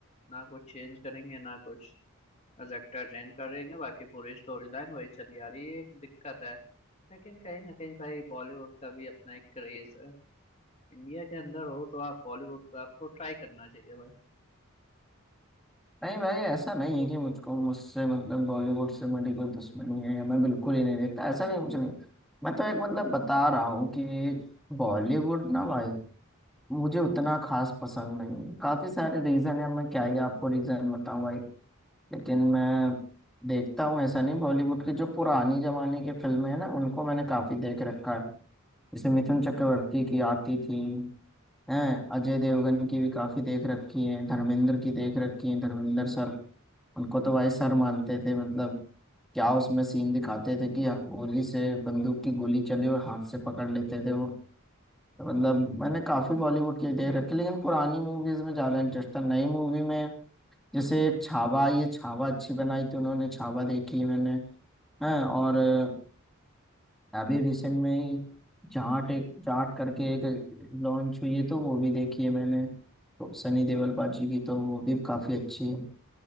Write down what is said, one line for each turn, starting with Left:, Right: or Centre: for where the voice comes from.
Left: ना कुछ चेंज करेंगे ना कुछ बस एक्टर चेंज करेंगे बाकी पूरी स्टोरी लाइन वही चली आ रही है एक दिक्कत है लेकिन कहीं ना कहीं भाई बॉलीवुड का भी अपना एक क्रेज है इंडिया के अंदर हो तो आप बॉलीवुड तो आपको ट्राई करना चाहिए भाई
Centre: नहीं भाई ऐसा नहीं है कि मुझको मुझसे मतलब बॉलीवुड से मेरी कोई दुश्मनी है या मैं बिल्कुल ही नहीं देखता ऐसा नहीं कुछ नहीं मैं तो एक मतलब बता रहा हूँ कि बॉलीवुड ना भाई मुझे उतना खास पसंद नहीं है काफी सारे रीजन है मैं क्या ही आपको रीजन बताऊं भाई लेकिन मैं देखता हूँ ऐसा नहीं बॉलीवुड की जो पुरानी जमाने की फिल्में हैं ना उनको मैंने काफी देख रखा है जैसे मिथुन चक्रवर्ती की आती थी हैं अजय देवगन की भी काफी देख रखी है धर्मेंद्र की देख रखी है धर्मेंद्र सर उनको तो भाई सर मानते थे मतलब क्या उसमें सीन दिखाते थे कि गोली से बंदूक की गोली चले और हाथ से पकड़ लेते थे वो तो मतलब मैंने काफी बॉलीवुड की देख रखी लेकिन पुरानी मूवीज में ज्यादा इंटरेस्ट था नई मूवी में जैसे छावा ये छावा अच्छी बनाई थी उन्होंने छावा देखी है मैंने हैं और अ, अभी रिसेंट में ही जाट एक जाट करके एक लॉन्च हुई है तो वो भी देखी है मैंने तो सनी देओल पाजी की तो वो भी काफी अच्छी है